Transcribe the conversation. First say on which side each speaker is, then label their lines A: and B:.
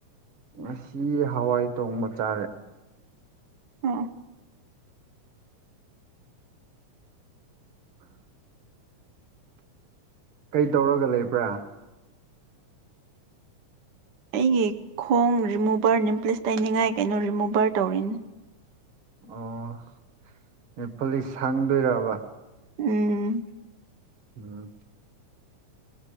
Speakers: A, on the right (about 50°); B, on the right (about 80°).
A: ꯉꯁꯤ ꯍꯋꯥꯏ ꯊꯣꯡꯕ ꯆꯥꯔꯦ
B: ꯑꯣ
A: ꯀꯩ ꯇꯧꯔꯒ ꯂꯩꯕ꯭ꯔꯥ
B: ꯑꯩꯒꯤ ꯈꯣꯡ ꯔꯤꯃꯨꯚꯔ ꯅꯤꯝꯄ꯭ꯂꯦꯁ ꯇꯅꯤꯡꯉꯥꯏ ꯀꯩꯅꯣ ꯔꯤꯃꯨꯚꯔ ꯇꯧꯔꯤꯅꯤ
A: ꯑꯣ ꯅꯦꯜꯄꯣꯂꯤꯁ ꯁꯪꯗꯣꯏꯔꯕ
B: ꯎꯝ
A: ꯎꯝ